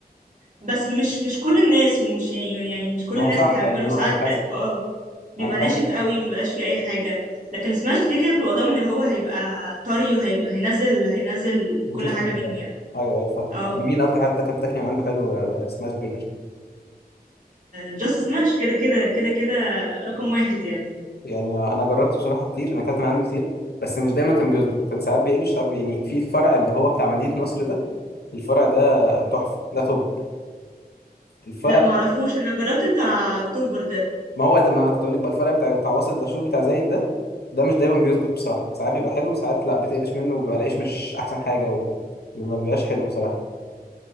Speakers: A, on the right; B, on the left.
A: بس مش مش كل الناس ومش يعني يعني مش كل
B: ما
A: الناس
B: هو صح
A: بتعمله
B: يعني هو
A: ساعات
B: على حسب
A: كده. اه بيبقى
B: أنا فاهم
A: ناشف قوي مبيبقاش فيه اي حاجه لكن السماش كده كده بتبقى ضامن ان هو هيبقى طري وهيبقى هينزل هينزل
B: الجوسز
A: كل حاجه
B: بتاعته
A: منه يعني
B: أيوة أيوة فاهم
A: اه
B: مين أكتر حد أكلت تاكل من عنده حلو آه، سماش برجر
A: جاست سماش كده كده كده كده رقم واحد يعني
B: يعني أنا جربت بصراحة كتير أنا أكلت من عنده كتير بس مش دايما كان بيظبط كان ساعات بيقلش ساعات بي- يعني في الفرع اللي هو بتاع مدينة نصر ده الفرع ده تحفة ده توب الفرع
A: لا معرفوش انا جربت بتاع اكتوبر ده
B: ما هو ده ما انا كنت اقول لك بقى الفرق بتاع بتاع وسط الدشور بتاع زايد ده ده مش دايما بيظبط بصراحه ساعات بيبقى حلو وساعات لا بتقلش منه وبيبقى العيش مش احسن حاجه و- وما بيبقاش حلو بصراحه